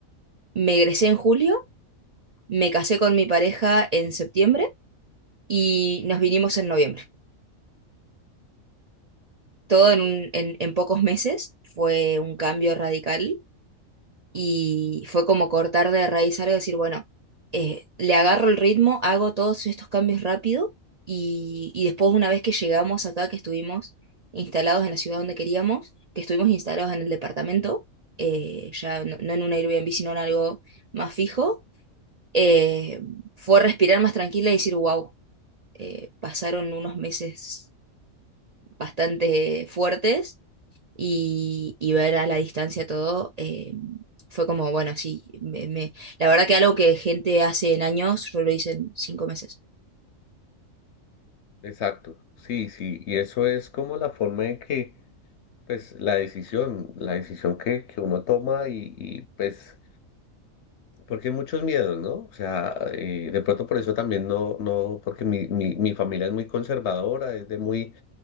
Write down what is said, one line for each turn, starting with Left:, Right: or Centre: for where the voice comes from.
Right: me egresé en julio, me casé con mi pareja en septiembre y nos vinimos en noviembre. Todo en, un- en, en pocos meses fue un cambio radical y fue como cortar de raíz algo, decir, bueno, eh, le agarro el ritmo, hago todos estos cambios rápido y, y después una vez que llegamos acá, que estuvimos instalados en la ciudad donde queríamos, que estuvimos instalados en el departamento, eh, ya no, no en un Airbnb, sino en algo más fijo, eh, fue respirar más tranquila y decir, wow, pasaron unos meses bastante fuertes y, y ver a la distancia todo, eh, fue como, bueno, sí, me, me- la verdad que algo que gente hace en años, yo lo hice en cinco meses.
Left: Exacto, sí, sí, y eso es como la forma en que, pues, la decisión, la decisión que, que uno toma y, y, pues, porque hay muchos miedos, ¿no? O sea, eh, de pronto por eso también no, no, porque mi, mi, mi familia es muy conservadora, es de muy,